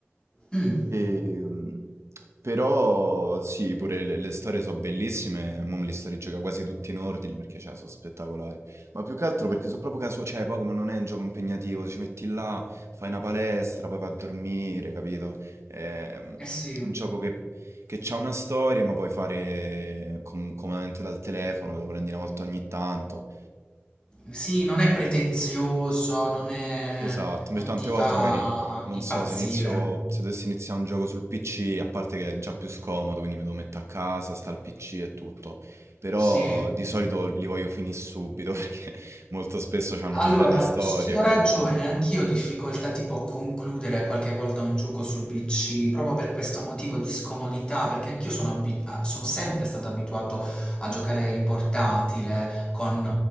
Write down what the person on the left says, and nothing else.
Mm,
Eh sì.
Sì, non è pretenzioso, non è
non
ti
fa
impazzire.
Sì.
Allora,
ti do
ragione, anch'io ho difficoltà tipo a concludere qualche volta un gioco sul PC, proprio per questo motivo di scomodità, perché anch'io sono, abi- a- sono sempre stato abituato a giocare in portatile con